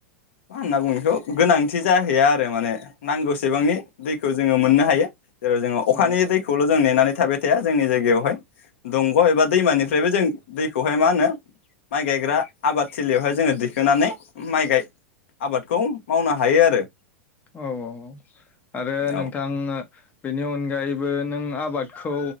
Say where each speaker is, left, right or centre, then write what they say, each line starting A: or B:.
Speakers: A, on the left (about 60°); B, on the left (about 20°).
A: मा होनना बुंङो बेखौ गोनांथि जाहैया आरो माने नांगौसेबांनि दैखौ जों जोङो मोननो हायो जेरै जोङो
B: औ
A: अखानि दैखौल' जों नेनानै थाबाय थाया जोंनि जायगायावहाय दंग' एबा दैमानिफ्रायबो जों दैखौहाय मा होनो माइ गायग्रा आबादथिलियावहाय जोङो दिखोनानै माइ गाय आबादखौ मावनो हायो आरो
B: औ औ औ आरो नोंथां
A: औ
B: बेनि अनगायैबो नों आबादखौ